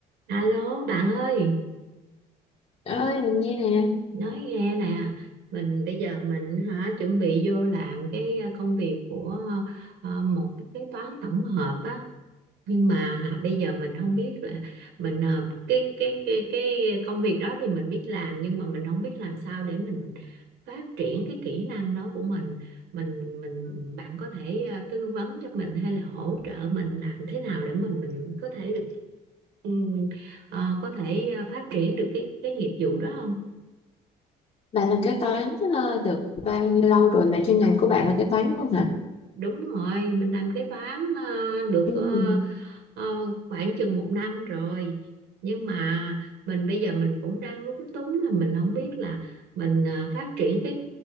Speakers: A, on the right; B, on the left.
A: Alo bạn ơi,
B: ơi mình nghe nè
A: nói nghe nè, mình bây giờ mình hả chuẩn bị vô làm cái ờ, công việc của ờ, một cái kế toán tổng hợp á, nhưng mà hả, bây giờ mình không biết là mình ờ, cái, cái cái cái công việc đó thì mình biết làm nhưng mà mình không biết làm sao để mình phát triển cái kỹ năng đó của mình. Mình mình bạn có thể ờ, tư vấn cho mình hay là hỗ trợ mình làm thế nào để mình mình có thể được ừ, ờ, có thể ờ, phát triển được cái cái nghiệp vụ đó không?
B: bạn làm kế toán ờ, được bao nhiêu lâu rồi mà chuyên ngành của bạn là kế toán luôn hả
A: Đúng rồi, mình làm kế toán ờ, được
B: ừ.
A: ờ, ờ, khoảng chừng một năm rồi. Nhưng mà mình bây giờ mình cũng đang lúng túng là mình không biết là mình ờ, phát triển cái